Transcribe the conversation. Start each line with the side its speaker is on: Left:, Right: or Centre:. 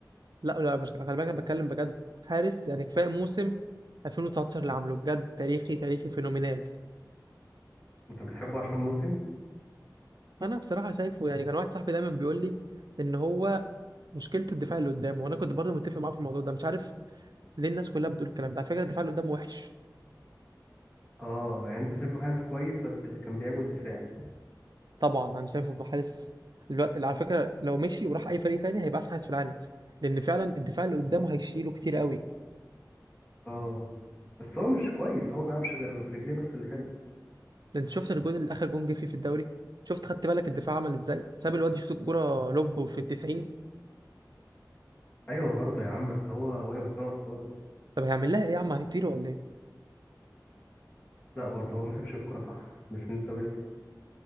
Right: لا لا مش خلي بالك انا بتكلم بجد حارس يعني كفايه موسم 2019 اللي عامله بجد تاريخي تاريخي فينومينال
Left: انت بتحبه عشان موسم
Right: انا بصراحه شايفه يعني كان واحد صاحبي دايما بيقول لي ان هو مشكلته الدفاع اللي قدامه وانا كنت برضه متفق معاه في الموضوع ده مش عارف ليه الناس كلها بتقول الكلام ده على فكره الدفاع اللي قدامه وحش
Left: اه يعني انت شايفه حارس كويس بس اللي كان بيعبه الدفاع
Right: طبعا انا شايفه بحارس الو- على فكره لو مشي وراح اي فريق تاني هيبقى احسن حارس في العالم لان فعلا الدفاع اللي قدامه هيشيله كتير قوي
Left: اه بس هو مش كويس هو ما بيلعبش غير برجليه بس اللي حلو
Right: ده انت شفت الجون اللي اخر جون جه فيه في الدوري شفت خدت بالك الدفاع عمل ازاي ساب الواد يشوط الكرة لوب في التسعين
Left: ايوه برضه يا عم بس هو واقف غلط خالص
Right: طب هيعمل لها ايه يا عم هيطير ولا ايه
Left: لا برضه هو ما شافش الكرة صح مش من زاويته